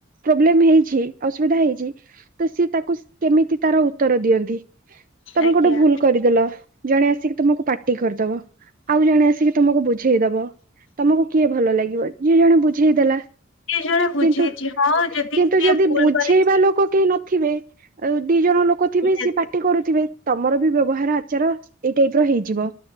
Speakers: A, on the right; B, on the left.
A: ପ୍ରୋବ୍ଲେମ ହେଇଛି ଅସୁବିଧା ହେଇଛି ତ ସିଏ ତାକୁ କେମିତି ତାର ଉତ୍ତର ଦିଅନ୍ତି ତମେ
B: ଆଜ୍ଞା
A: ଗୋଟେ ଭୁଲ କରିଦେଲ ଜଣେ ଆସିକି ତମକୁ ପାଟି କରିଦବ ଆଉ ଜଣେ ଆସିକି ତମକୁ ବୁଝେଇଦବ ତମକୁ କିଏ ଭଲ ଲାଗିବ ଯିଏ ଜଣେ ବୁଝେଇଦେଲା
B: ସେ ଜଣେ ବୁଝେଇଛି
A: କିନ୍ତୁ
B: ହଁ
A: କିନ୍ତୁ
B: ସିଏ
A: ଯଦି
B: ଭୁଲ
A: ବୁଝେଇବା
B: କରିଛି
A: ଲୋକ କେହି ନଥିବେ ଆଉ ଦି ଜଣ ଲୋକ ଥିବେ
B: ନିହାତି
A: ସିଏ ପାଟି କରୁଥିବେ ତମର ବି ବ୍ୟବହାର ଆଚାର ଏଇ ଟାଇପ ର ହେଇଯିବ